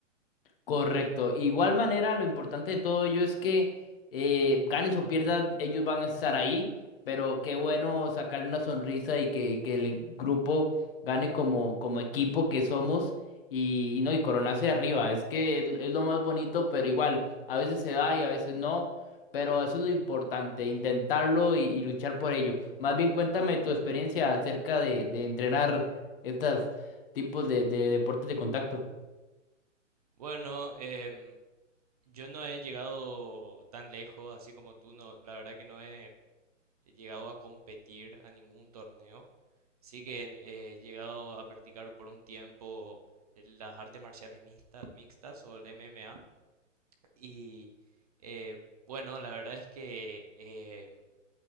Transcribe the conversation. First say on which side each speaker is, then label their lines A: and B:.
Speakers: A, on the left; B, on the right.
A: Correcto. Igual manera, lo importante de todo ello es que eh, ganes o pierdas, ellos van a estar ahí, pero qué bueno sacarle una sonrisa y que, que el grupo gane como, como equipo que somos y, y no, y coronarse arriba. Es que es, es lo más bonito, pero igual, a veces se da y a veces no, pero eso es lo importante, intentarlo y, y luchar por ello. Más bien cuéntame tu experiencia acerca de, de entrenar estos tipos de de deportes de contacto.
B: Bueno, em, yo no he llegado tan lejos, así como tú, no, la verdad que no he he llegado a competir a ningún torneo. Sí que eh, he llegado a practicar por un tiempo las artes marciales mixtas, mixtas o el MMA. Y eh, bueno, la verdad es que eh,